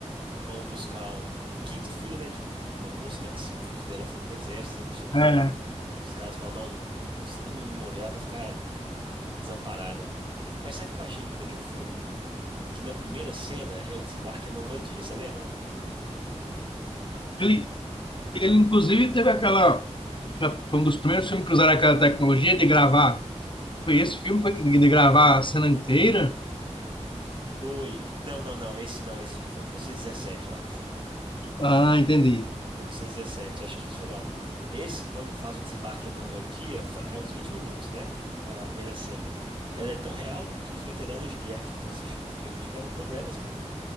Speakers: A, on the right (about 45°); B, on the left (about 45°).
A: vão buscar o, o quinto filho, né, de, um- de uma moça, né, que cinco filhos dela foi pro exército. eu sou-
B: É.
A: aí eu- os caras falam, não, se todo mundo morrer, ela vai ficar desamparada. Mas sabe o que eu achei doido daquele filme? Que na primeira cena é o desembarque na Normandia, você lembra?
B: Ele, ele, inclusive, teve aquela. Foi um dos primeiros filmes que usaram aquela tecnologia de gravar Foi esse filme foi que de gravar a cena inteira?
A: Foi. Não, não, não, esse não, esse foi em 1917, eu acho.
B: Ah, entendi.
A: Foi em 1917, acho que isso foi não. Esse, quando faz o desembarque na Normandia, fa- é uns 20 minutos, né? A primeira cena. Ela é tão real que os veteranos de guerra que foram assistir o filme tiveram problemas, cara.